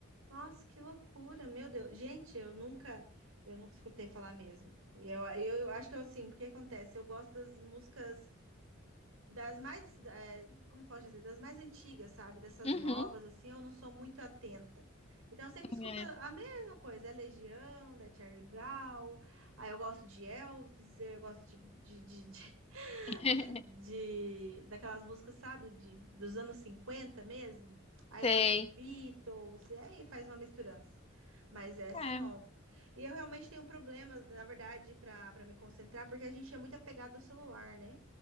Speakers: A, on the right; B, on the left.
A: Nossa, que loucura, meu Deus. Gente, eu nunca, eu nunca escutei falar mesmo. E Eu, eu, eu acho que eu assim, porque acontece, eu gosto das músicas das mais, eh, como posso dizer, das mais antigas, sabe? Dessas
B: Uhum.
A: novas, assim, eu não sou muito atenta. Então, eu sempre escuto
B: É.
A: a mesma coisa, é Legião, da Charlie Brown, aí eu gosto de Elvis, eu gosto de, de, de, de
B: <laughs>
A: de daquelas músicas, sabe, de, dos anos 50 mesmo. Aí
B: Sei.
A: gosta de Beatles, e aí faz uma misturança. Mas essa
B: É.
A: é nova. E eu realmente tenho um problema, na verdade, para para me concentrar, porque a gente é muito apegado ao celular, né?